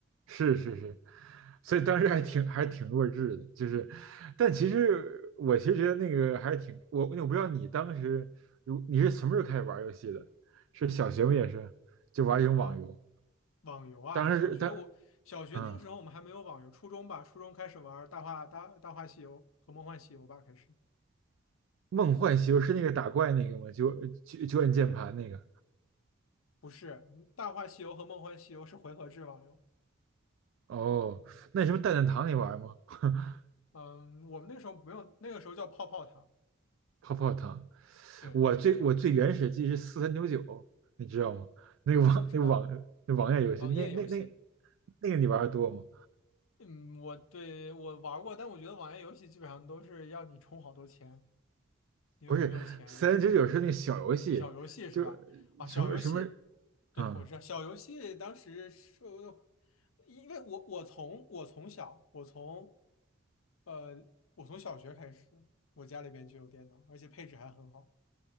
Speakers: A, on the right; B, on the left.
A: 是是是，所以当时还挺还是挺弱智的，就是，但其实我其实觉得那个还是挺我我不知道你当时如你是什么时候开始玩游戏的？是小学不也是就玩一种网游？
B: 小学啊，网游啊，
A: 当时是当
B: 小学我小学那个时候我们还没有网游，
A: 嗯，
B: 初中吧，初中开始玩儿大话大大话西游和梦幻西游吧，开始
A: 梦幻西游是那个打怪那个吗？就就就按键盘那个？
B: 不是嗯大话西游和梦幻西游是回合制网游。
A: 哦，那什么蛋蛋糖你玩吗？<laughs>
B: 嗯，我们那个时候不用，那个时候叫泡泡堂。
A: 泡泡糖，
B: 对，
A: 我最我最原始记忆是四三九九，你知道吗？那个网那个网那网页游戏，
B: 嗯，我知道网页游戏。
A: 那那那那个你玩的多吗？
B: 嗯，我对我玩过，但我觉得网页游戏基本上都是要你充好多钱。因为我没有钱，
A: 不是四三九九是那个小游戏，
B: 所以小游戏是吧？
A: 就
B: 啊，
A: 什么什么
B: 小游戏，对，
A: 啊、
B: 我知道小游戏当时是，因为我我从我从小我从呃我从小学开始，我家里边就有电脑，而且配置还很好，